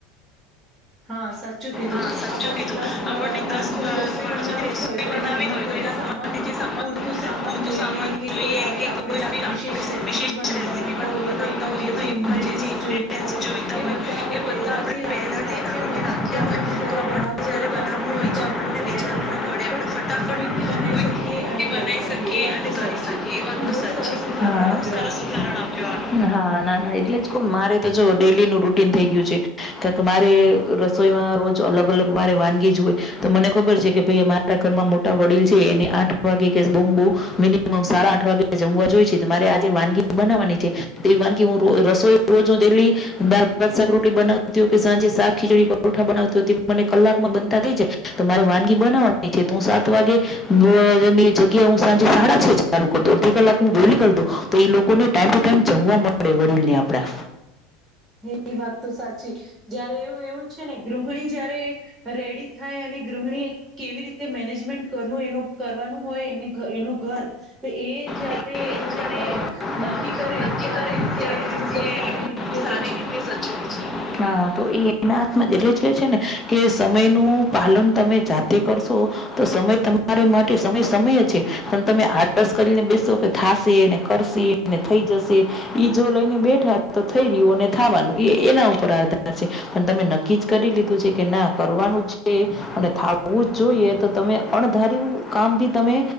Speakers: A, on the right; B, on the left.
A: હા સાચું કીધું
B: હા સાચું
A: આપણને
B: કીધું
A: દસ
B: આપણને
A: અમ માણસોની
B: દસ માણસોની
A: રસોઈ બનાવી
B: રસોઈ
A: હોય તો
B: બનાવી
A: એના માટે
B: હોય તો
A: જે
B: એના
A: સામાન
B: માટે જે સામાન
A: પૂરતું સામાન
B: પૂરતું
A: જોઈએ
B: સામાન
A: કે
B: જોઈએ
A: કોઈ આવી
B: કે
A: આપણે
B: કોઈ આવી
A: વિશેષ
B: આપણે
A: રેસીપી
B: વિશેષ રેસીપી
A: બનાવતા
B: પણ
A: હોઈએ
B: બનાવતા
A: તો એમાં
B: હોઈએ
A: જે
B: તો એમાં
A: ઇન્ગ્રીડિયન્ટ
B: જે જે ઇન્ગ્રેડિયન્ટ્સ
A: જોઈતા હોય
B: જોઈતા
A: એ
B: હોય
A: બધા આપણે
B: એ બધા
A: પહેલાથી
B: આપણે
A: લાવીને
B: પહેલાંથી
A: રાખી હોય
B: લાવીને રાખ્યા
A: તો આપણને
B: હોય
A: જયારે
B: તો આપણને
A: બનાવવું
B: જ્યારે
A: હોય તો
B: બનાવવું
A: આપણને
B: હોય
A: વિચારવું
B: તો આપણને
A: ના પડે
B: વિચારવું
A: આપણે ફટાફટ
B: ન પડે આપણે ફટાફટ
A: ક્વિકકી બનાવી શકીએ
B: ના
A: અને કરી શકીએ એ વાત તો સાચી તમે બહુ સરસ ઉદાહરણ આપ્યો આનો
B: ના એટલે છ કો મારે તો જો ડેલીનું રૂટીન થઈ ગયું છે કારણ કે મારે રસોઈમાં રોજ અલગ અલગ મારે વાનગી જ હોય તો મને ખબર છે કે ભાઈ મારા ઘરમાં મોટા વડીલ છે એને આઠ મિનિમમ સાડા આઠ વાગે જમવા જોઈ છે મારે આજે વાનગી બનાવવાની છે વાનગી હું રસોઈ રોજ ડેલી બાક ર બનાવતી હો સાંજે શાક, ખીચડી, પરોઠા બનાવતીતી મને કલાકમાં બનતા થઈ છે તો મારે વાનગી બનાવવાની છે હું સાત વાગે <inaudible> જગ્યા હુ સાંજે સાડા છે ચાલ અડધી કલાક હું વેલી કર દવ તો લોકોને ટમ ટુ ટાઈમ જવા મળે વડીલ ને આપડા.
A: હા એ વાત તો સાચી જયારે એવું એવું છે ને ગૃહિણી જયારે રેડી થાય અને ગૃહિણી કેવી રીતે મેનેજમેન્ટ કરનું એનું કરવાનું હોય એની એનું ઘર તો એ જયારે
B: ઘર એ
A: એવું
B: જ્યારે
A: અ
B: અ,
A: નક્કી કરે
B: નક્કી
A: ત્યારે
B: કરે
A: જ એ
B: ત્યારે
A: એનું ઘર
B: જ એ
A: સારી રીતે
B: સારી
A: સ
B: રીતે સચવે હા તો એ એના હાથમાં એટલે જ કે છે ને કે સમય નું પાલન તમે જાતે કરશો તો સમય તમારી માટે સમય સમય છે અને તમે આડસ કરીને બેસો કે થશેને, કરશેને, થઈ જશે એ જો લઈને બેઠા તો થઈ રહ્યો થાવાનું એ એના ઉપર આધાર છે પણ તમે નક્કી જ કરી લીધું છે કે ના કરવાનું છે અને થાવવું જ જોઈએ. તો તમે અણધાર કામ ભી તમે